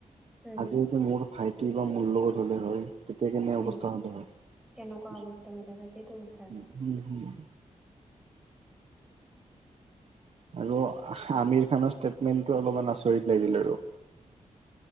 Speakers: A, in the centre; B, on the right.
A: উম,
B: আজি মোৰ ভাইটি বা মোৰ লগত হ'লে হয় তেতিয়া কেনে
A: উম,
B: অৱস্থা হ'লে হয়,
A: কেনেকুৱা অৱস্থা হৈ থাকে সেইটো কথা
B: উম উম। আৰু আমিৰ খানৰ ষ্টেটমেণ্টটো অলপমান আচৰিত লাগিল আৰু।